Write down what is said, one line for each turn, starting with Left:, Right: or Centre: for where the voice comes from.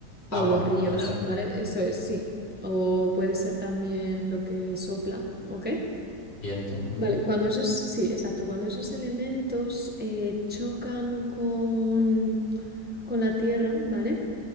Left: Agua,
Centre: o los ríos,
Left: en general.
Centre: ¿vale? Eso es, sí. O puede ser también lo que sopla, ¿ok?
Left: Viento, ujú.
Centre: Vale, cuando esos, sí, exacto, cuando esos elementos eh, chocan con, con la tierra, ¿vale?